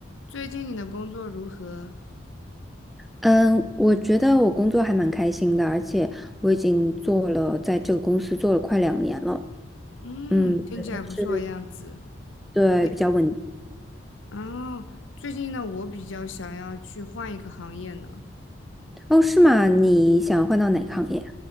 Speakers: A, on the left; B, in the centre.
A: 最近你的工作如何？
B: 嗯，我觉得我工作还蛮开心的，而且我已经做了，在这个公司做了快两年了。
A: 嗯，
B: 嗯，
A: 听起来不错的样子。
B: 觉得是对比较稳。
A: 你啊，最近呢，我比较想要去换一个行业呢。
B: 哦，是吗？你想换到哪个行业？